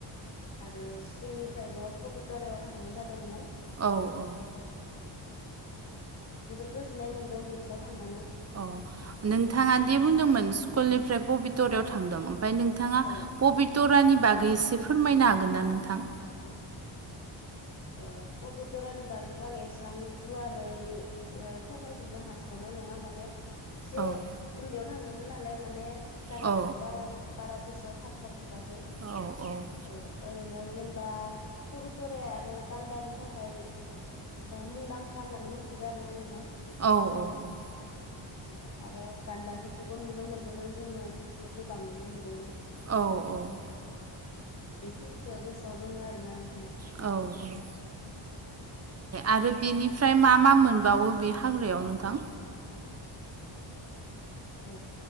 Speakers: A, on the left (about 35°); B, on the right (about 30°).
A: आरो स्कुलनिफ्रायबो पबितरायाव थांनाय जादोंमोन
B: औ औ।
A: जोबोर गोजोननाय मोनदों बेफोराव थांनानै
B: औ नोंथाङा दि बुंदोंमोन स्कुलनिफ्राय पबितरायाव थांदों ओमफ्राय नोंथाङा
A: औ
B: पबितरानि बागै एसे फोरमायनो हागोन ना नोंथां?
A: ओ पबितरानि बागैथ' आं एसेबां गुवारै फोरमायजोबनो हास्लाबनाय नङा माने एसे
B: औ
A: उन्दैयाव थांदोंमोन नालाय माने जागाफोरखौबो
B: औ
A: आरो बारा गोसोआव थास्लाबजोबा
B: औ औ
A: ओरैनो जेनेबा पबितराया आरो गान्दानि थाखाया मुंदांखा होननानै मिथिगो आरोना नोंथां।
B: औ औ औ।
A: औ। आरो गान्दाफोरखौबो नुनो मोनदोंमोन जोङो एसे गोबाङैनो नुदोंमोन।
B: औ औ।
A: बेखिनिखो गोसोआव दोङो आरोना नोंथां।
B: औ औ। आरो बेनिफ्राय मा मा मोनबावो बे हाग्रायाव नोंथां?
A: ओ